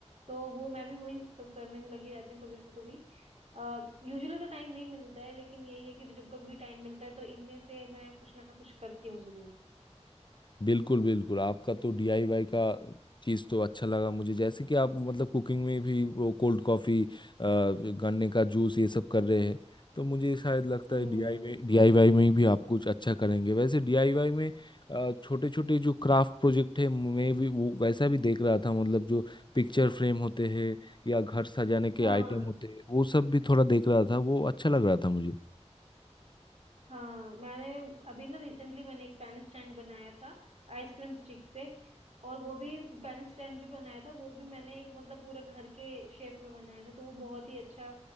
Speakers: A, on the right; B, on the left.
A: तो वो मैं भी वही सब करने में लगी रहती हूँ कभी कभी यूजुअली तो टाइम नहीं मिलता है लेकिन यही है कि जब कभी भी टाइम मिलता है तो इनमें से मैं कुछ ना कुछ करती हूँ जरूर
B: बिल्कुल बिल्कुल आपका तो डीआईवाई का चीज़ तो अच्छा लगा मुझे जैसे कि आप मतलब कुकिंग में भी वो कोल्ड कॉफ़ी गन्ने का जूस ये सब कर रहे हैं तो मुझे शायद लगता
A: हम्म
B: है डीआईवाई डीआईवाई में भी आप कुछ अच्छा करेंगे वैसे डीआईवाई में छोटे छोटे जो क्राफ्ट प्रोजेक्ट है मैं भी वो वैसा भी देख रहा था मतलब जो पिक्चर फ्रेम होते हैं या घर सजाने के
A: हाँ
B: आइटम होते हैं वो सब भी थोड़ा देख रहा था वो अच्छा लग रहा था मुझे।
A: हाँ मैंने अभी ना रिसेंटली मैंने एक पेन स्टैंड बनाया था आइसक्रीम स्टिक से और वो भी पेन स्टैंड जो बनाया था वो भी मैंने एक मतलब पूरा घर के शेप में बनाया था तो वो बहुत ही अच्छा